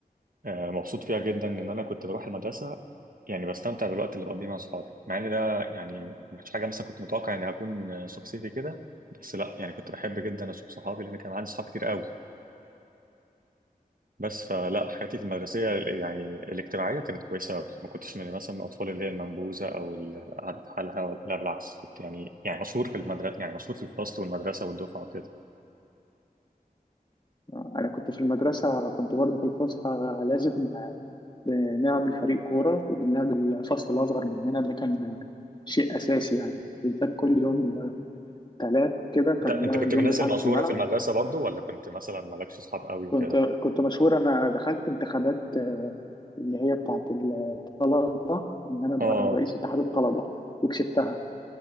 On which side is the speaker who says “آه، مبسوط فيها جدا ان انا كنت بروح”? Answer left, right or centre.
Right